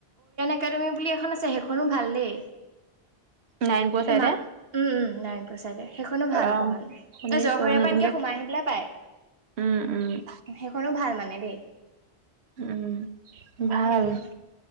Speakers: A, on the right; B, on the right.
A: একাডেমী বুলি এখন আছে সেইখনো ভাল দেই।
B: নাৰায়ণপুৰ চাইডে
A: ইমান উম উম নাৰায়ণ প্ৰসাদে সেইখনো ভাল।
B: অ'
A: অকমান এই জৰশৰীয়াৰ
B: শুনিছো নতুনকে
A: পৰা এনকে সোমাই আহি পেলাই পায়।
B: উম উম।
A: সেইখনো ভাল মানে দেই।
B: উম ভাল,
A: সেইদুখন